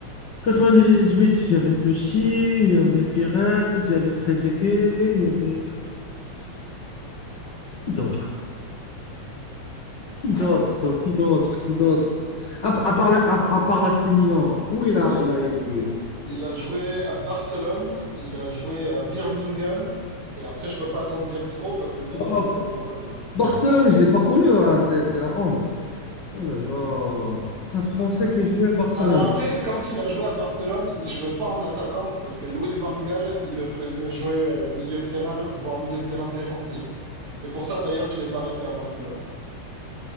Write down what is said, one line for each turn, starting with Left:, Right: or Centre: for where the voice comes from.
Left: 98, il y avait Pessi, il y avait Pires, il y avait Trezeguet, il y avait qui qui d'autre?
Right: Ah,
Left: Qui d'autre?
Right: ah.
Left: Qui d'autre? Qui d'autre? À, à part la- à, à part l'AC Milan, où il
Right: Il,
Left: a il a évolué?
Right: Il a joué à Barcelone, il a joué à Birmingham, et après, je peux pas t'en dire trop parce que sinon,
Left: Oh,
Right: ça serait trop facile.
Left: Barcelone, je l'ai pas connu, ah, c'est c'est la honte. Oh là là, c'est un Français
Right: <laughs>
Left: qui a joué à Barcelone.
Right: Alors après, quand il a joué à Barcelone, il jouait pas en attaquant parce que Luis Van Gaal, il le faisait jouer euh, milieu de terrain, voire milieu de terrain défensif. C'est pour ça d'ailleurs qu'il n'est pas resté à Barcelone.